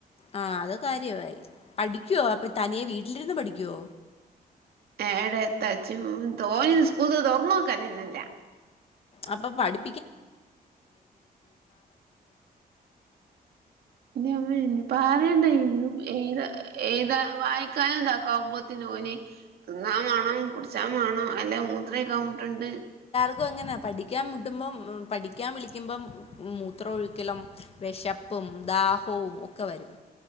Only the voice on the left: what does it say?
ആ അത്കാര്യവായി പഠിക്യോ അപ്പൊ തനിയെ വീട്ടില്ര്ന്ന് പഠിക്യോ
അപ്പൊ പഠി
ഇക്കുഅങ്ങന പഠിക്കാൻ മുട്ടുമ്പൊം ഉം പഠിക്കാൻ വിളിക്കുമ്പം ഉം മുത്രം ഒഴിക്കലും വിശപ്പും ഉംദാഹവും ഒക്കെ വരും